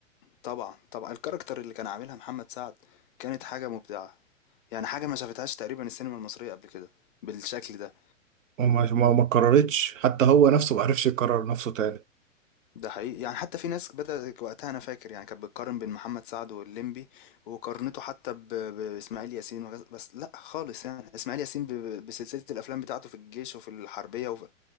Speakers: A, on the left (about 45°); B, on the right (about 75°).
A: طبعًا، طبعًا، الكاركتر اللي كان عاملها محمد سعد كانت حاجة مبدعة، يعني حاجة ما شافتهاش تقريبًا السينما المصرية قبل كده بالشكل ده،
B: وما ما ما قررتش حتى هو نفسه ما عرفش يقرر نفسه تاني
A: ده حقيقي، يعني حتى في ناس بدأت وقتها أنا فاكر يعني كانت بتقارن بين محمد سعد واللمبي وقارنته حتى ب بإسماعيل ياسين وغير بس لأ خالص يعني، إسماعيل ياسين ب ب- بسلسلة الأفلام بتاعته في الجيش وفي الحربية وف